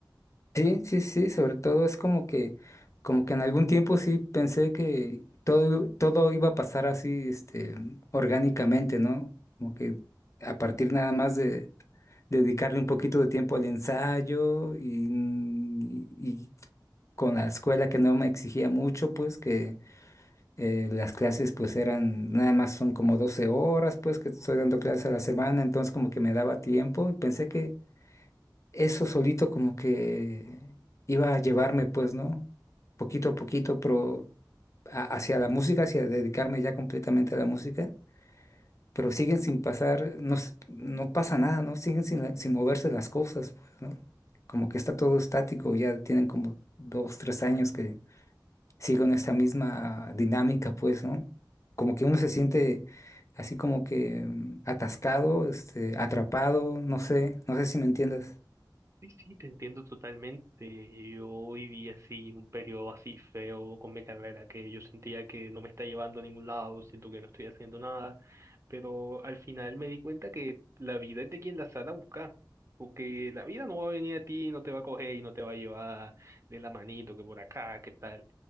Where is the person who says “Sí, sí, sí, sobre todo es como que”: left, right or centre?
Left